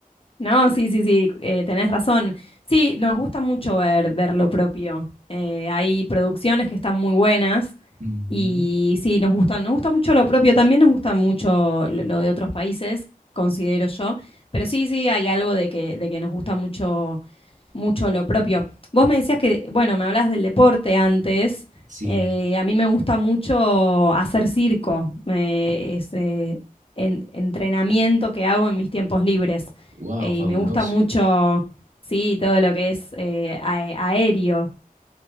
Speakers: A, on the left (about 40°); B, on the right (about 55°).
A: No, sí, sí, sí, eh, tenés razón. Sí, nos gusta mucho ver, ver lo propio. Eh, hay producciones que están muy buenas
B: Ujú.
A: Y sí, nos gustan, nos gusta mucho lo propio, también nos gusta mucho lo, lo de otros países, considero yo, pero sí, sí, hay algo de que, de que nos gusta mucho, mucho lo propio. Vos me decías que, bueno, me hablas del deporte antes,
B: Sí,
A: eh, a mí me gusta mucho hacer circo, me- ese en- entrenamiento que hago en mis tiempos libres,
B: wow,
A: eh,
B: fabuloso.
A: y me gusta mucho, sí, todo lo que es eh, ae- aéreo.